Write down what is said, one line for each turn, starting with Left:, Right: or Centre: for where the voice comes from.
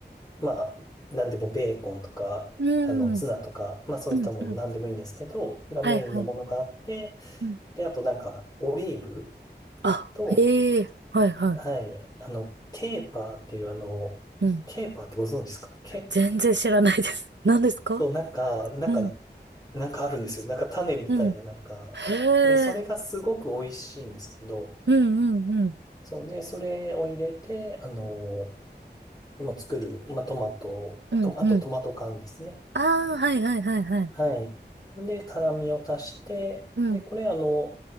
Left: まあ、なんでもベーコンとか、
Right: うん。
Left: あの、ツナとか、まあそういったものなんでもいいんですけど、
Right: うんうん。
Left: がメインのものがあって、
Right: はいはい。うん。
Left: で、あとなんか、オリーブ
Right: あ、
Left: と、
Right: へえ。はいは
Left: はい、あの、ケーパーっていうあの、
Right: い。うん。
Left: ケーパーってご存知ですかケ
Right: 全然知らないです。<laughs> 何ですか
Left: そう、なんか、なんか、
Right: うん。
Left: なんかあるんですよ。なんか種みたいな、
Right: うん。
Left: なんか。
Right: へ
Left: で、それがすごく美味しいんですけど、
Right: え。うんうんうん。
Left: そうね、それを入れて、あの、もう作る、まあ、トマト、
Right: うんうん。
Left: と、あとトマト缶ですね。
Right: ああ、はいはいはいはい。
Left: はい。で、辛味を足して、
Right: うん。
Left: で、これ、あの、